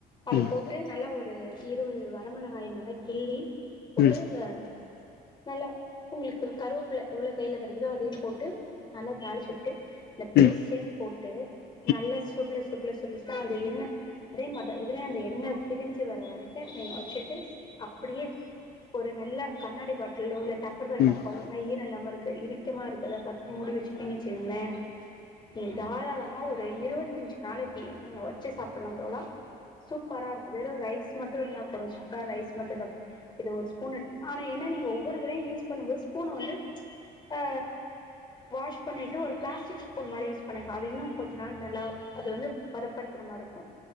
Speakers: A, on the left; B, on the left.
A: அத
B: ம் ம் ம்
A: போட்டு
B: ம்
A: நல்ல ஒரு இருவது வரமெளகாய நல்லா கிள்ளி போட்டு
B: ம் ம் ம் ம் ம் ம் ம்
A: ஆ நல்லா உங்களுக்கு கருவேப்பில எவ்ளோ கையில கிடைக்குதோ அதயு போட்டு நல்லா தாளிச்சி விட்டு இந்த
B: ம் ம்
A: பேஸ்டையு போட்டு
B: ம்
A: நல்ல சு ருள சுருள சுருள சுருளா அந்த எண்ணெ அதே மாரிதா இதுலயு அந்த எண்ணெ பிரிஞ்சி வர்ற வரக்கு நீ ஓ செக் கிலேஸ் அப்டியே ஒரு நல்ல கண்ணாடி பாட்டிலோ இல்ல டப்பர் வேர் டப்பாவோ
B: ம்
A: நல்லா ஈரோ இல்லாம இருக்க இரிக்கமா இருக்கத பாத்து மூடி வச்சிட்டீங்கன்னு வச்சிகோங்களே பீங்கிச்சுக்கங்களேன் ம் தாராளமா ஒரு இருவதஞ்சி நாளைக்கி நீங்க வச்சி சாப்லா தோழா சூப்பரா இருக்கு வெறு ரைஸ் மட்டு இருந்தா போது சூடா ரைஸ் மட்டுதா இத ஒரு ஸ்பூன் எடுத்து ஆனா என்ன நீங்க ஒவ்வொரு தரையு யூஸ் பண்ணும் போது ஸ்பூன வந்து ஆ வாஷ் பண்ணிட்டு ஒரு பிளாஸ்டிக் ஸ்பூன் மாரி யூஸ் பண்ணிக்கோ அது இன்னு கொஞ்ச நாள் நல்லா அது வந்து பதப்படுத்துன மாரிருக்கு